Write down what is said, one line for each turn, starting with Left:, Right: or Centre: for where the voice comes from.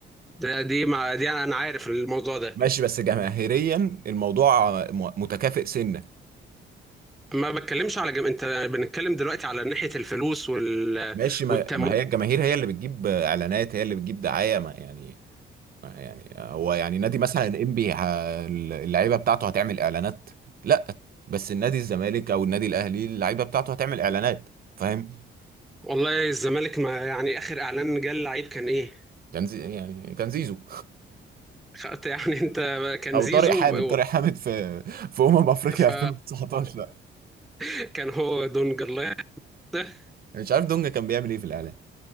Centre: ده دي مع... دي انا عارف الموضوع ده
Right: ماشي بس جماهيريا الموضوع م- متكافئ سنه
Centre: ما بتكلمش على جم... انت بنتكلم دلوقتي على ناحيه الفلوس وال...
Right: ماشي ما,
Centre: والتمويل
Right: ما هي الجماهير هي اللي بتجيب اعلانات هي اللي بتجيب دعايه ما يعني ما يعني هو يعني نادي مثلا انبي اللعيبه بتاعته هتعمل اعلانات لا بس النادي الزمالك او النادي الاهلي اللعيبه بتاعته هتعمل اعلانات فاهم
Centre: والله الزمالك ما يعني اخر اعلان جه اللعيب كان ايه
Right: كان زي يعني كان زيزو
Centre: خ- يعني انت كان
Right: او
Centre: زيزو
Right: طارق حامد
Centre: ب-
Right: طارق حامد في في امم افريقيا
Centre: ف
Right: 2019 لا
Centre: <laughs> كان هو دونج الله يحفظه.
Right: مش عارف دونجا كان بيعمل ايه في الاعلان